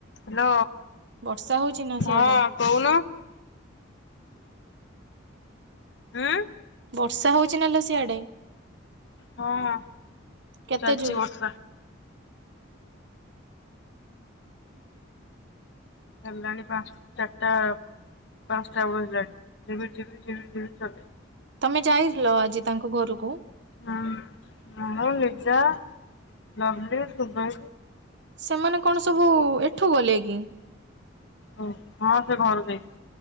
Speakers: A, on the left; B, on the right.
A: Hello
B: ବର୍ଷା ହଉଛି ନା
A: ହଁ
B: ସିଆଡେ
A: କହୁନ । ଆଁ ।
B: ବର୍ଷା ହଉଛି ନା ଲୋ ସିଆଡେ
A: ହଁ ହଁ।
B: କେତେ
A: ଚାନଚି
B: ଜୋର
A: ବତ୍ରା । ହେଲାଣି, ପାଞ୍ଚ, ଚାରିଟା, ପାଞ୍ଚଟା ବେଳୁ ହେଲାଣି, ଝିପି ରି, ଝିପି ରି, ଝିପି ରି ଚଲେଇଛି ୲
B: ତମେ ଯାଇଥିଲ, ଆଜି ତାଙ୍କ ଘରକୁ?
A: ହଁ, ମୁଁ ଲିଜା, ଲଭଲି, ସୁଭ
B: ସେମାନେ କଣ, ସବୁ ଏଠୁ ଗଲେ, କି?
A: ଓ, ହଁ ସେ, ଘରୁ ଯାଇଛ